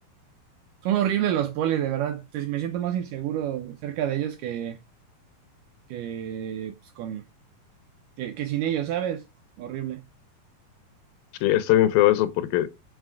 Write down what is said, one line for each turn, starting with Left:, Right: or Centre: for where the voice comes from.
Right: son horribles los polis, de verdad. Te- Me siento más inseguro cerca de ellos que que, pues, con, que, que sin ellos, ¿sabes? Horrible.
Left: Sí, está bien feo eso porque